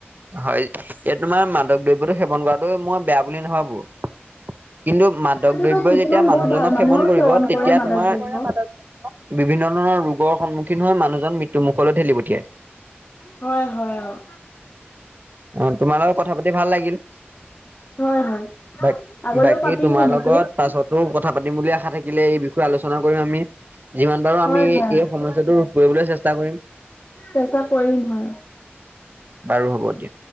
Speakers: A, on the right (about 45°); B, on the left (about 50°).
A: হয় ইয়াত তোমাৰ মাদক দ্ৰব্যতো সেৱন কৰাটো মই, বেয়া বুলি নাভাবো। কিন্তু মাদক
B: সেইটোতো
A: দ্ৰব্যই
B: কিছুমান
A: যেতিয়া মানুহজনক
B: বহুত ভাল মানুহেও
A: সেৱন কৰিব
B: কৰে
A: তেতিয়া
B: মাদক
A: তোমাৰ
B: দ্ৰব্য।
A: বিভিন্ন ধৰণৰ ৰোগৰ সন্মুখীন হৈ, মানুহজন মৃত্যু মুুখলৈ ঠেলি পঠিয়াই।
B: হয় হয় অঁ।
A: অঁ তোমাৰ লগত কথা পাতি ভাল লাগিল।
B: হয় হয়।
A: বা
B: আগলৈও
A: বাকী
B: পাতিম
A: তোমাৰ
B: এনেকে।
A: লগত পাছতো কথা পাতিম বুলি আশা থাকিলে, এই বিষয়ে আলোচনা কৰিম আমি। যিমান পাৰো আমি,
B: হয়
A: এই
B: হয়।
A: সমস্যাটো ৰোধ কৰিবলৈ চেষ্টা কৰিম।
B: চেষ্টা কৰি ৰিম হয়।
A: বাৰু হ'ব দিয়া।